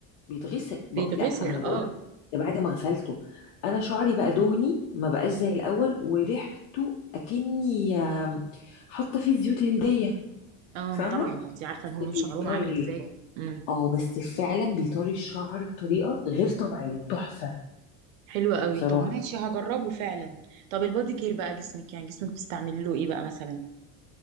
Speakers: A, on the left (about 80°); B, on the right (about 80°).
A: بيتغسل بق...
B: بيتغسل
A: لا ما انا بقول
B: اه
A: ده بعد ما غسلته انا شعري بقى دهني ما بقاش زي الاول وريحته اكني آم، حاطه فيه زيوت هنديه
B: اه
A: فاهمه
B: ما طبعا انت عارفه
A: بس
B: الهنود
A: بيطري
B: شعرهم عامل ازاي امم
A: اه بس فعلا بيطري الشعر بطريقه غير طبيعيه تحفه
B: حلو قوي
A: بصراحه
B: طب ماشي هجربه فعلا طب البادي كير بقى جسمك يعني جسمك بتستعملي له ايه بقى مثلا